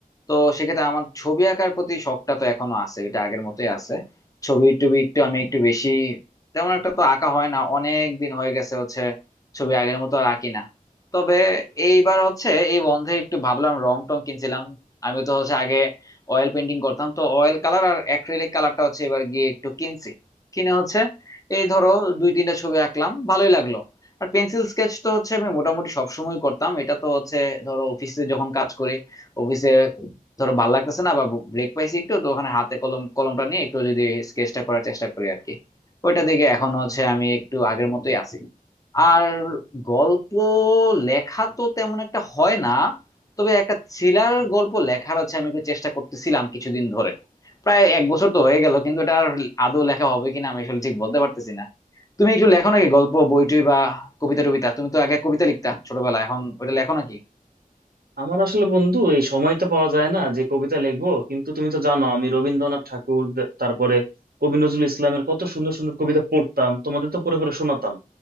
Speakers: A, on the left; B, on the right.
A: তো সেক্ষেত্রে আমার ছবি আঁকার প্রতি শখটা তো এখনো আছে এটা আগের মতোই আছে ছবি টবি একটু আমি একটু বেশি তেমন একটা তো আঁকা হয় না অনেক দিন হয়ে গেছে হচ্ছে ছবি আগের মতো আর আঁকি না তবে এইবার হচ্ছে এই বন্ধে একটু ভাবলাম রং টং কিনছিলাম আমি তো হচ্ছে আগে অয়েল পেন্টিং করতাম তো অয়েল কালার আর অ্যাক্রিলিক কালারটা হচ্ছে এবার গিয়ে একটু কিনছি কিনে হচ্ছে এই ধরো দুই তিনটা ছবি আঁকলাম ভালোই লাগলো আর পেন্সিল স্কেচ তো হচ্ছে আমি মোটামুটি সবসময় করতাম এটা তো হচ্ছে ধরো অফিসে যখন কাজ করি অফিসে ধরো ভালো লাগতেছে না বা ব্রেক পাইছি একটু তো ওখানে হাতে কলম কলমটা নিয়ে একটু যদি স্কেচটা করার চেষ্টা করি আর কি ওইটা দিকে এখন হচ্ছে আমি একটু আগের মতোই আছি আর গল্প লেখা তো তেমন একটা হয় না তবে একটা থ্রিলার গল্প লেখার হচ্ছে আমি একটু চেষ্টা করতেছিলাম কিছুদিন ধরে প্রায় এক বছর তো হয়ে গেল কিন্তু এটা আর আদৌ লেখা হবে কিনা আমি আসলে ঠিক বলতে পারতেছি না তুমি একটু লেখো নাকি গল্প বইটই বা কবিতা টবিতা তুমি তো আগে কবিতা লিখতা ছোটবেলায় এখন ওটা লেখো নাকি
B: আমার আসলে বন্ধু এই সময় তো পাওয়া যায় না যে কবিতা লিখবো কিন্তু তুমি তো জানো আমি রবীন্দ্রনাথ ঠাকুর দ- তারপরে কবি নজরুল ইসলামের কত সুন্দর সুন্দর কবিতা পড়তাম তোমাদের তো পড়ে পড়ে শোনাতাম